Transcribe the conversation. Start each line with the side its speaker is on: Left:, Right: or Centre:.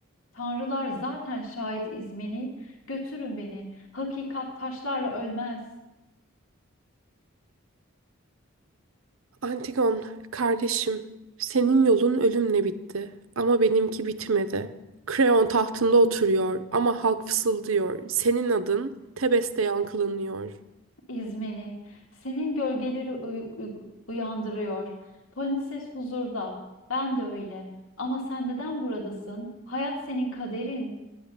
Left: Tanrılar zaten şahit İzmeni. Götürün beni. Hakikat taşlarla ölmez.
Right: Antigon, kardeşim, senin yolun ölümle bitti ama benimki bitmedi. Kreon tahtında oturuyor ama halk fısıldıyor. Senin adın Tebes'te yankılanıyor.
Left: İzmeni. Senin gölgeleri uy- uy- uyandırıyor. Polinices huzurda. Ben de öyle. Ama sen neden buradasın? Hayat senin kaderin.